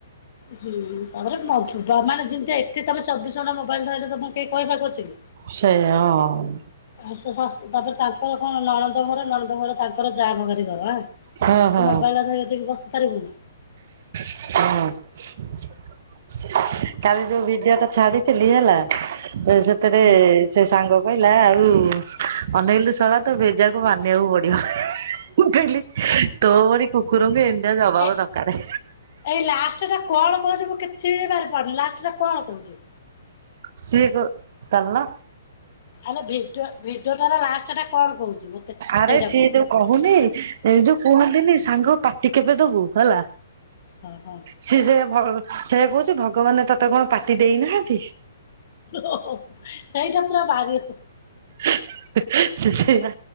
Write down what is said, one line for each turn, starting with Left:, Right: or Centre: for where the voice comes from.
Left: ହୁଁ ତାପରେ ମାନେ ଯେମିତି ଏଠି ତମେ ଚବିଶ ଘଣ୍ଟା ମୋବାଇଲ ଧଇଲେ ତମ କେହି କହିବାକୁ ଅଛି କି?
Right: ସେୟା ହଁ।
Left: ଆ ଶାଶୁ ତାପରେ ତାଙ୍କର କଣ ନଣନ୍ଦ ଘର ନଣନ୍ଦ ଘର ତାଙ୍କର ଯା ଭଗାରି ଘର ହଁ
Right: ହଁ
Left: ତ
Right: ହଁ ହଁ
Left: ମୋବାଇଲ ଧ ଟିକି ବସି ପାରିବୁନି
Right: ହୁଁ। କାଲି ଯୋଉ ଭିଡିଓ ଟା ଛାଡିଥିଲି ହେଲା ସେଥିରେ
Left: ହୁଁ
Right: ସେ ସାଙ୍ଗ କହିଲା ଆଉ ଅନେଇଲୁ ସଳା ତ ଭେଜାକୁ ମାନିବାକୁ ପଡିବ। ମୁଁ କହିଲି ତୋ ଭଳି କୁକୁରଙ୍କୁ ଏନିତି ଜବାବ
Left: ଏ
Right: ଦରକାର।
Left: ଏଇ ଲାଷ୍ଟଟା କଣ କହୁଛି ମୁଁ କିଛି ବାରି ପାରୁନି ଲାଷ୍ଟ ଟା କଣ କହୁଛି
Right: ସିଗ ତାଲ
Left: ଆମେ ଭି ଭିଡିଓଟାର ଲାଷ୍ଟ ଟା କଣ କହୁଛିୁ ମତେ
Right: ଆରେ
Left: ସେଇଟା
Right: ସିଏ
Left: କୁହ
Right: ଯୋଉ କହୁନି ଏଇ ଯୋଉ କୁହନ୍ତିନି ସାଙ୍ଗ ପାଟି କେବେ ଦବୁ ହେଲା
Left: ହଁ ହଁ
Right: ସିଏ ସେ ସେ କହୁଛି ଭଗବାନ ତୋତେ କଣ ପାଟି ଦେଇନାହାନ୍ତି
Left: ଓ ସେଇଟ ପୁରା ବାର
Right: ହ ସେ ସେୟା